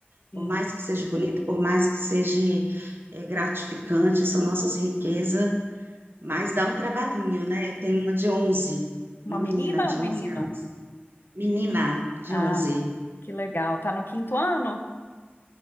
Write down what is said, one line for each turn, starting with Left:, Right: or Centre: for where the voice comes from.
Left: Sim.
Right: Por mais que seja bonito, por mais que seja eh, gratificante, são nossas riquezas, mas dá um trabalhinho, né? Eu tenho uma de 11,
Left: Uma
Right: uma
Left: menina
Right: menina de
Left: ou um menino?
Right: 11 anos. Menina de
Left: Ah,
Right: 11.
Left: que legal. Tá no quinto ano?